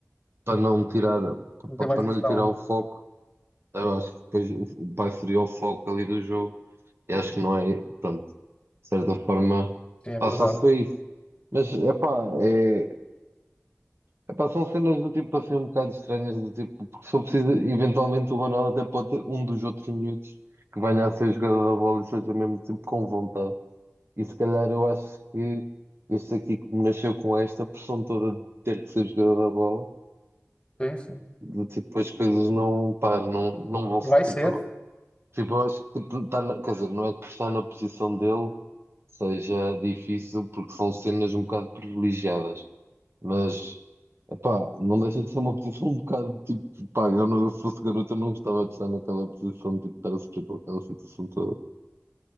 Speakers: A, on the right; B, on the left.
A: para não tirar,
B: Não
A: para,
B: tem mais
A: para não
B: pressão.
A: lhe tirar o foco. Eu acho que depois o o pai seria o foco ali do jogo. E acho que não é, pronto, de certa forma,
B: Sim, é
A: pá,
B: verdade.
A: só se foi isso. Mas epá, é, epá, são cenas do tipo assim um bocado estranhas, do tipo, porque se for preciso, eventualmente o Banal até pode ter um dos outros miúdos que venha a ser jogador da bola e seja mesmo tipo com vontade. E se calhar eu acho que este aqui, como nasceu com esta pressão toda de ter que ser jogador da bola,
B: Sim, sim.
A: eh, tipo, as coisas não, pá, não, não vão
B: Vai
A: se, tipo,
B: ser.
A: tipo, eu acho que tipo, tá na- quer dizer, não é que estar na posição dele seja difícil, porque são cenas um bocado privilegiadas, mas, pá, não deixa de ser uma posição um bocado, tipo, pá, eu não, se fosse garoto eu não gostava de estar naquela posição, tipo, de estar a sofrer com aquela situação toda.